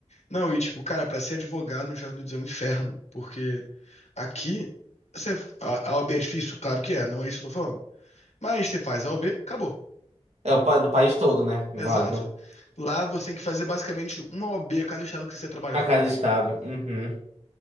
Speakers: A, on the left (about 85°); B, on the right (about 75°).
A: Não, e tipo, cara, pra ser advogado nos Estados Unidos é um inferno, porque aqui você, a, a OAB é difícil, claro que é, não é isso que eu tô falando. Mas você faz a OAB, acabou.
B: É o pa- no país todo, né? Válido.
A: Exato. Lá você tem que fazer basicamente uma OAB a B a cada estado que você quer trabalhar,
B: A cada
A: sabe?
B: estado. Uhum.